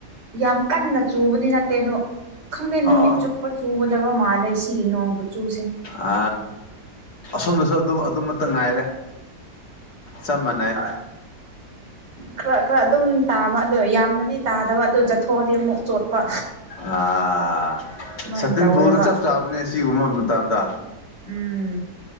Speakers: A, on the right (about 80°); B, on the left (about 65°).
A: ꯌꯥꯝ ꯀꯟꯅ ꯆꯨꯕꯗꯤ ꯅꯠ ꯅꯠꯇꯦ ꯑꯗꯣ ꯈꯪꯗꯦ ꯅꯨꯃꯤꯠ
B: ꯑꯣ
A: ꯆꯨꯞꯄ ꯆꯨꯒꯗꯕ ꯃꯥꯜꯂꯦ ꯁꯤꯒꯤ ꯅꯣꯡ ꯈꯨꯠꯆꯨꯁꯦ
B: ꯑ ꯑꯁꯣꯝꯗꯁꯨ ꯑꯗꯨꯝ ꯑꯗꯨꯃꯇ ꯉꯥꯏꯔꯦ ꯆꯞ ꯃꯥꯟꯅꯩ
A: ꯑ ꯈꯔ ꯈꯔ ꯑꯗꯨꯝ ꯇꯥꯕ ꯑ ꯌꯥꯝꯅꯗꯤ ꯇꯥꯗꯕ ꯑꯗꯨ ꯆꯠꯊꯣꯛꯑꯗꯤ ꯑꯃꯨꯛ ꯆꯣꯠꯄ
B: ꯑꯥ
A: ꯑꯗꯨꯃꯥꯏꯅ
B: ꯁꯇꯤꯟ
A: ꯇꯧꯋꯦꯕ
B: ꯐꯨꯔꯗ ꯆꯞ ꯆꯥꯕꯅꯦ ꯑꯁꯤꯒꯨꯝꯕ ꯃꯇꯝꯗ
A: ꯎꯝ